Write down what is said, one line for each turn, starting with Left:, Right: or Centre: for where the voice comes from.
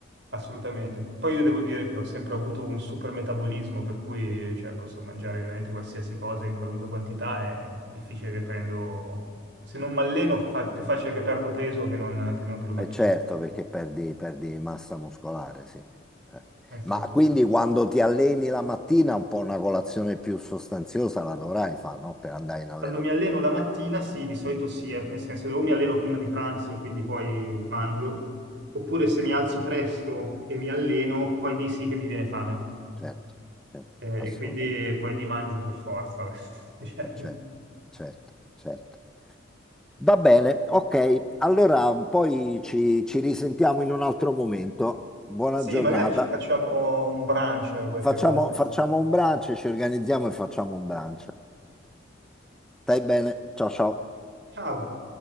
Right: assolutamente. Poi io devo dire che ho sempre avuto un super metabolismo, per cui cioè, posso mangiare veramente qualsiasi cosa in qualunque quantità, è difficile che prendo... Se non mi alleno, fa- più facile che perdo peso che non che non che lo metto
Centre: E certo,
Right: su.
Centre: perché perdi, perdi massa muscolare, sì. Eh.
Right: Eh sì.
Centre: Ma
Right: eh
Centre: quindi
Right: sì.
Centre: quando ti alleni la mattina, un po' una colazione più sostanziosa la dovrai fare, no? Per andare in allenamento.
Right: Quando mi alleno la mattina, sì, di solito sì, eh, nel senso o mi alleno prima di pranzo e quindi poi mangio, oppure se mi alzo presto e mi alleno, poi lì sì che mi viene fame
Centre: Certo, certo,
Right: Eh,
Centre: assolutamente.
Right: e quindi poi lì mangio per forza. <laughs> beh. Cioè,
Centre: Eh, certo, certo, certo. Va bene, ok. Allora poi ci, ci risentiamo in un altro momento. Buona
Right: Sì,
Centre: giornata.
Right: magari ci facciamo un brunch qualche
Centre: Facciamo,
Right: volta.
Centre: facciamo un brunch, ci organizziamo e facciamo un brunch. Stai bene? Ciao ciao.
Right: Ciao.